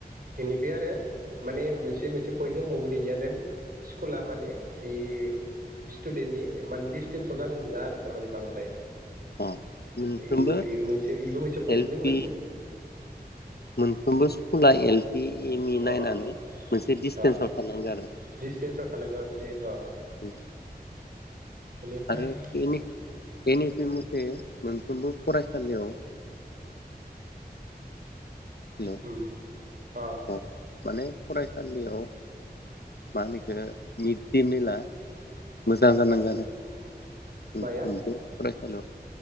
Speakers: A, on the right (about 60°); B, on the left (about 75°).
A: बेनिफ्राय आरो माने मोनसे मोनसे पइन्ट दंबावोमोन बेनिया जेन स्कुला माने इ स्टुडेन्टनि इमान डिसटेन्साव जानो मोना आरो तारमाने बांद्राय
B: अ मोनफ्रोमबो
A: ओइ बे मोनसे इबो मोनसे पइन्ट
B: एल
A: दोंमोन।
B: पि मोनफ्रोमबो स्कुला एल पि एम इ
A: अ
B: नायनानै मोनसे डिसटेन्सआव
A: अ
B: थानांगो आरो
A: डिसटेन्सआव थानांगौ मोनसे अ
B: उम
A: बेनिफ्राय
B: आरो <unintelligible> मथे मोन फ्रोमबो फरायसालियाव हेल
A: उम अ
B: औ माने फराय आ खालियाव मानोखो मिडडे मिला मोजां जानांगौ आरो
A: माया
B: <unintelligible> हेल